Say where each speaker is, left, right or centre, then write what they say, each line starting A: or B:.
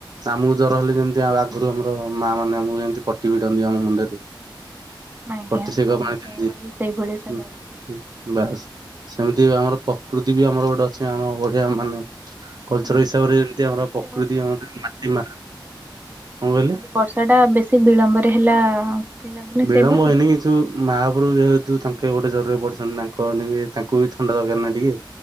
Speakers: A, on the right; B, on the right.
A: ଆମୁକୁ ଜର ହେଲେ ଯେମ ଯେ ଆଗରୁ ଆମର ମା ମାନେ ଆମକୁ ଯେମିତି ପଟି ଭିଡନ୍ତି ଆମ ମୁଣ୍ଡରେ।
B: ଆଜ୍ଞା
A: ପଟିଶେଖା
B: ଆମ
A: ପାଣି
B: ଆପଣଙ୍କର
A: ଦିଅନ୍ତି
B: ବି ସେଇଭଳି ସେବା ହୁଏ।
A: ହୁଁ,। ବାସ୍ ସେମିତି ଆମର ପ୍ରକୃତି ବି ଆମର ଗୋଟେ ଅଛି ଆମ ବଢିଆ ମାନେ କଲଚର୍
B: ହଁ
A: ହିସାବରେ ଯେମିତି ଆମର ପ୍ରକୃତି
B: ତ
A: ଆମର ମାଟି ମା। କଣ
B: ହଁ
A: କହିଲେ
B: କିନ୍ତୁ ବର୍ଷା ଟା ବେଶୀ ବିଳମ୍ବରେ ହେଲା। ଲାଗୁନି
A: ବିଳମ୍ବ
B: ସେଇଭଳି।
A: ହେଇନି କିନ୍ତୁ ମାପ୍ରଭୁ ଯେହେତୁ ତାଙ୍କେ ଗୋଟେ ଜରରେ ପଡିଛନ୍ତି ତାଙ୍କ ନେଗି ତାଙ୍କୁ ବି ଥଣ୍ଡା ଦରକାର ନା ଟିକେ।